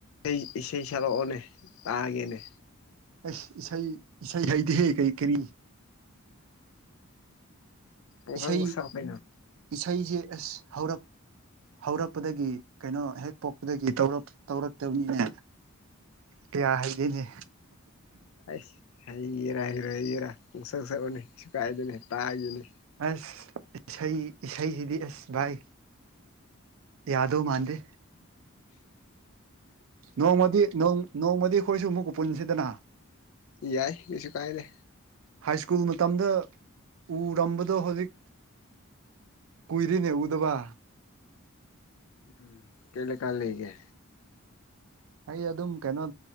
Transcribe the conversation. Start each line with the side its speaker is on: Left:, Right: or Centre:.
Left: ꯏꯁꯩ ꯏꯁꯩ ꯁꯛꯂꯛꯑꯣꯅꯦ ꯇꯥꯒꯦꯅꯦ
Right: ꯑꯁ ꯏꯁꯩ ꯏꯁꯩ ꯍꯩꯗꯤꯍꯦ ꯀꯔꯤ ꯀꯔꯤ
Left: ꯄꯪꯁꯛꯇ
Right: ꯏꯁꯩ
Left: ꯁꯛꯑꯣ ꯀꯩꯅꯣ
Right: ꯏꯁꯩꯁꯦ ꯑꯁ ꯍꯧꯔꯛ ꯍꯧꯔꯛꯄꯗꯒꯤ ꯀꯩꯅꯣ ꯍꯦꯛ ꯄꯣꯛꯄꯗꯒꯤ ꯇꯧꯔꯛꯇꯕꯅꯤꯅ ꯀꯌꯥ ꯍꯗꯣꯏꯅꯦ
Left: ꯑ ꯍꯥꯏ ꯏꯔꯥ ꯍꯔꯛ ꯌꯦꯔꯥ ꯄꯨꯡꯁꯛ ꯁꯛꯄꯅꯤ ꯁꯁꯨ ꯀꯥꯏꯗꯅꯤ ꯇꯥ ꯍꯥꯏꯒꯅꯤ
Right: ꯑꯁ ꯏꯁꯩ ꯏꯁꯩꯁꯤꯗꯤ ꯑꯁ ꯕꯥꯏ ꯌꯥꯗꯣ ꯃꯥꯥꯟꯗꯦ ꯅꯣꯡꯃꯗꯤ ꯅꯣꯡ ꯅꯣꯡꯃꯗꯤ ꯑꯩꯈꯣꯏꯁꯨ ꯑꯃꯨꯛꯀ ꯄꯨꯟꯁꯤꯗꯅ
Left: ꯌꯥꯏ ꯀꯩꯁꯨ ꯀꯥꯏꯗꯦ
Right: ꯍꯥꯏ ꯁ꯭ꯀꯨꯜ ꯃꯇꯝꯗ ꯎꯔꯝꯕꯗꯣ ꯍꯧꯖꯤꯛ ꯀꯨꯏꯔꯤꯅꯦ ꯎꯗꯕ
Left: ꯎꯝ ꯀꯩ ꯂꯩꯀꯥꯏ ꯂꯩꯒꯦ
Right: ꯑꯩ ꯑꯗꯨꯝ ꯀꯩꯅꯣ